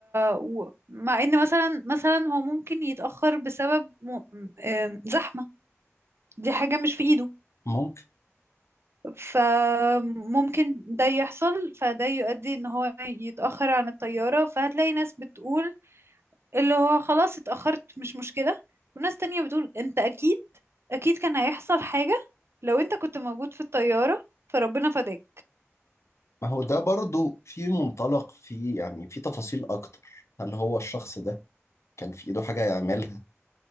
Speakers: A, on the right (about 55°); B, on the left (about 65°).
A: و... مع إن مثلا مثلا هو ممكن يتأخر بسبب م... آم، زحمة دي حاجة مش في إيده
B: ممكن
A: فممكن ده يحصل فده يؤدي ان هو يتأخر عن الطيارة فهتلاقي ناس بتقول اللي هو خلاص اتأخرت مش مشكلة وناس تانية بتقول انت اكيد اكيد كان هيحصل حاجة لو انت كنت موجود في الطيارة فربنا فداك
B: ما هو ده برضو في منطلق في يعني في تفاصيل اكتر هل هو الشخص ده كان في ايده حاجة يعملها